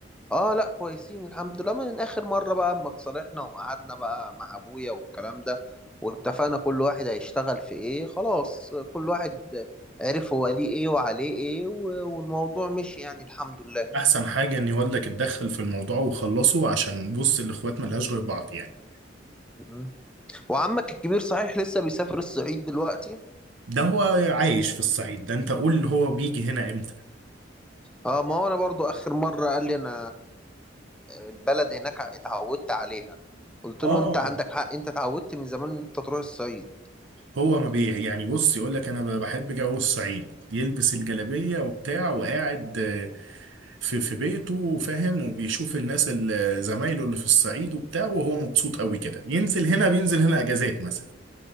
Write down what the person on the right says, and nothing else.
احسن حاجة ان والدك اتدخل في الموضوع وخلصه عشان بص الاخوات ملهاش غير بعض يعني
ده هو عايش في الصعيد ده انت قول هو بيجي هنا امتى
اه
هو ما بي يعني بص يقول لك انا ب- بحب جو الصعيد يلبس الجلابية وبتاع وقاعد آه، في في بيته فاهم وبيشوف الناس اللي زمايله اللي في الصعيد وبتاع وهو مبسوط قوي كده ينزل هنا بينزل هنا اجازات مثلا